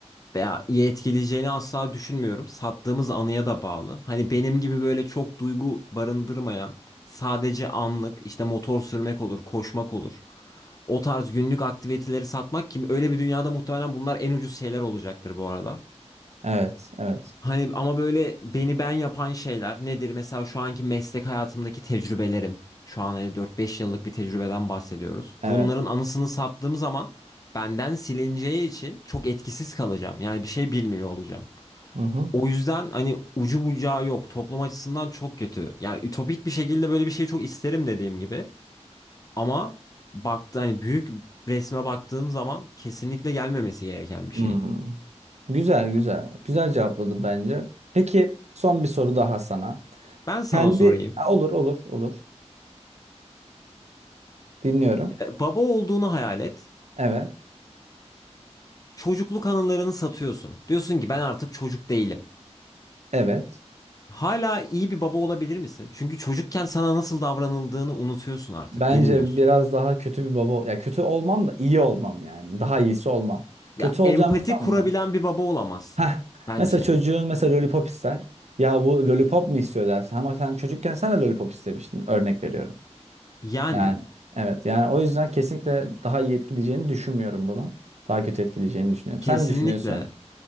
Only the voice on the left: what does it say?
e, ya, etkileyeceğini asla düşünmüyorum. Sattığımız anıya da bağlı. Hani benim gibi böyle çok duygu barındırmayan, sadece anlık işte motor sürmek olur, koşmak olur. O tarz günlük aktiviteleri satmak kim? Öyle bir dünyada muhtemelen bunlar en ucuz şeyler olacaktır bu arada.
Hani ama böyle beni ben yapan şeyler nedir? Mesela şu anki meslek hayatımdaki tecrübelerim. Şu an hani 4-5 yıllık bir tecrübeden bahsediyoruz.
Bunların anısını sattığım zaman benden silineceği için çok etkisiz kalacağım. Yani bir şey bilmiyor olacağım.
O yüzden hani ucu bucağı yok. Toplum açısından çok kötü. Yani ütopik bir şekilde böyle bir şey çok isterim dediğim gibi. Ama baktı hani büyük resme baktığım zaman kesinlikle gelmemesi gereken bir
şey.
Ben sana
sorayım.
E, Baba olduğunu hayal et.
çocukluk anılarını satıyorsun. Diyorsun ki ben artık çocuk değilim.
Hala iyi bir baba olabilir misin? Çünkü çocukken sana nasıl davranıldığını unutuyorsun artık,
bilmiyorsun.
Ya
empati
kurabilen bir baba olamazsın
bence.
Yani
kesinlikle